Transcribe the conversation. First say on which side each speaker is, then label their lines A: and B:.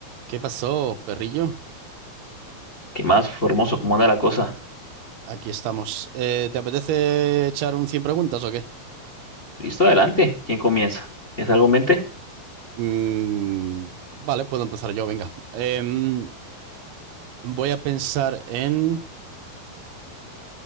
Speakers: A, on the right; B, on the left.
A: ¿Qué pasó, perrillo?
B: ¿Qué más, Formoso? ¿Cómo anda la cosa?
A: Aquí estamos. Eh, ¿te apetece echar un 100 preguntas o qué?
B: Listo, adelante. ¿Quién comienza? ¿Es algo en mente?
A: Mm, vale, puedo empezar yo, venga. Em, voy a pensar en...